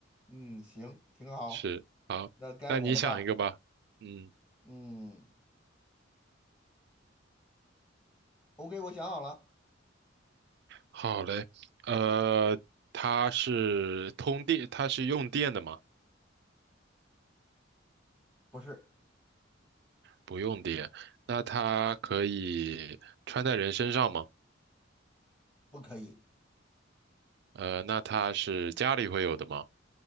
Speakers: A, on the left; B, on the right.
A: 嗯，行，挺好，
B: 是，好，
A: 那该我了吧？
B: 那你想一个吧。嗯，
A: 嗯，OK，我想好了，
B: 好嘞。呃，它是通电，它是用电的吗？
A: 不是，
B: 不用电。那它可以穿在人身上吗？
A: 不可以，
B: 呃，那它是家里会有的吗？